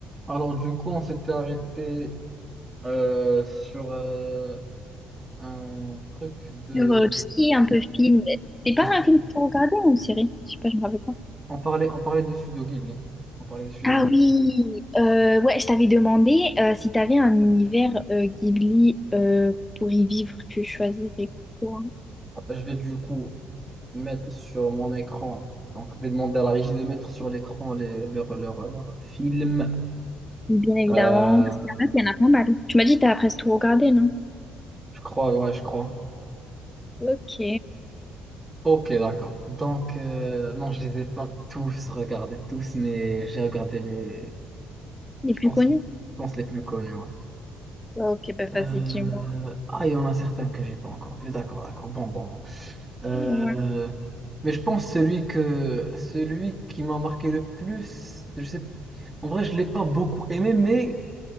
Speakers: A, on the right; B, on the left.
A: Alors, du coup, on s'était arrêté euh, sur euh, un truc de,
B: Sur euh, tout ce qui
A: de,
B: est un peu film.
A: de
B: C'est pas
A: stu-
B: un film que tu regardais ou une série? Je sais pas, je me rappelle pas.
A: On parlait, on parlait de Studio Ghibli. On parlait de Studio
B: Ah
A: Ghibli.
B: oui, euh, ouais, je t'avais demandé euh, si t'avais un univers euh, Ghibli euh, pour y vivre, tu choisirais quoi?
A: Je vais du coup mettre sur mon écran. Donc, je vais demander à la régie de mettre sur l'écran les, leurs leurs- leurs films.
B: Bien évidemment,
A: Euh,
B: parce qu'il y en a, il y en a pas mal. Tu m'as dit que t'as presque tout regardé, non?
A: je crois, ouais, je crois.
B: Ok.
A: Ok, d'accord. Donc, euh, non, je les ai pas tous regardés, tous, mais j'ai regardé les,
B: Les
A: je
B: plus
A: pense,
B: connus?
A: je pense les plus connus, ouais.
B: Ok, bah
A: Euh,
B: vas-y, dis-moi.
A: Ah, il y en a certains que j'ai pas encore vu. D'accord, d'accord. Bon, bon, bon. Euh,
B: Ouais.
A: Mais je pense celui que celui qui m'a marqué le plus, je sais. En vrai, je l'ai pas beaucoup aimé, mais